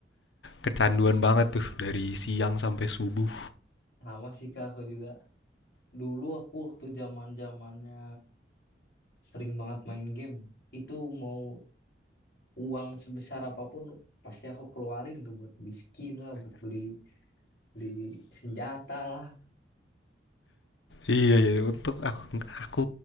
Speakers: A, on the left; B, on the left.
A: kecanduan banget tuh dari siang sampai subuh.
B: Sama sih kak aku juga. Dulu aku waktu zaman zamannya sering banget main game. Itu mau uang sebesar apapun pasti aku keluarin tuh buat beli skin lah, buat beli beli senjata lah.
A: Iya, iya. Untuk aku, aku